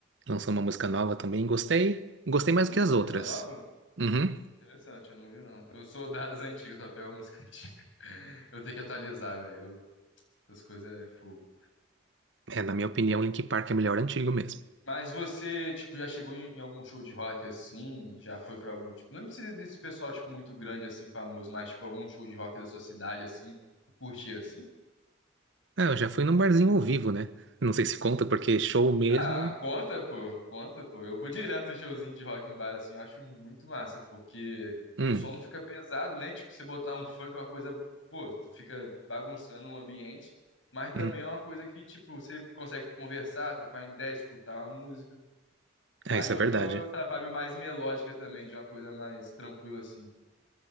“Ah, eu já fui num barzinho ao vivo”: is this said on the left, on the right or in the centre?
Right